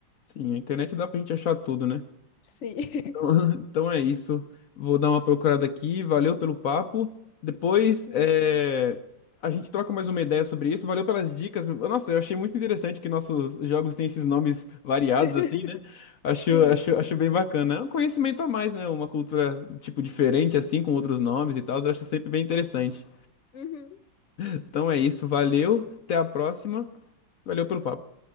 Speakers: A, on the left; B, on the left.
A: Sim, a internet dá pra gente achar tudo, né?
B: Sim. <laughs>
A: Então <laughs> então é isso. Vou dar uma procurada aqui. Valeu pelo papo. Depois
B: Uhum.
A: é, a gente troca mais uma ideia sobre isso. Valeu pelas dicas. Nossa, eu achei muito interessante que nossos jogos têm esses nomes variados,
B: <laughs>
A: assim, né? Acho,
B: Sim.
A: acho, acho bem bacana. É um conhecimento a mais, né? Uma cultura, tipo, diferente, assim, com outros nomes e tal. Eu acho sempre bem interessante.
B: Uhum.
A: Então é isso. Valeu. Até a próxima. Valeu pelo papo.